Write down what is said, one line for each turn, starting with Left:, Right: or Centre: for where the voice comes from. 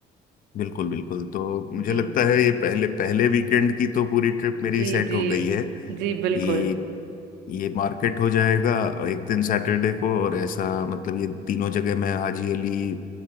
Left: बिल्कुल बिल्कुल तो मुझे
Right: जी
Left: लगता है ये पहले पहले वीकेंड की तो पूरी ट्रिप मेरी
Right: जी
Left: सेट
Right: जी
Left: हो गई है
Right: जी
Left: कि
Right: बिल्कुल
Left: ये मार्केट हो जाएगा एक दिन सैटरडे को और ऐसा मतलब ये तीनों जगह मैं हाजी अली